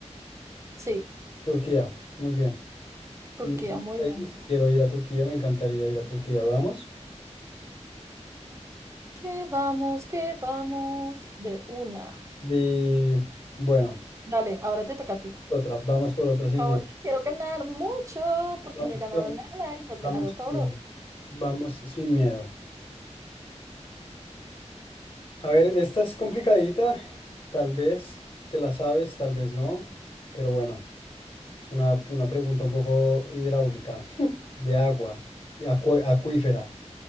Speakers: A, on the right; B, on the left.
A: Sí,
B: Turquía, muy bien.
A: Turquía,
B: Un
A: muy
B: país,
A: bien.
B: Quiero ir a Turquía, me encantaría ir a Turquía, vamos.
A: ¿Qué vamos? ¿Qué vamos? De una.
B: De, bueno,
A: Dale, ahora te toca a ti.
B: otra, vamos por otra sin
A: Por
B: miedo.
A: favor, que quiero ganar mucho porque
B: Vamos,
A: no he ganado nada y te has
B: vamos
A: ganado todo.
B: sin miedo. Vamos sin miedo. A ver, esta es complicadita, tal vez te la sabes, tal vez no, pero bueno, es una, una pregunta un poco hidráulica, <laughs> de agua, y acu- acuífera.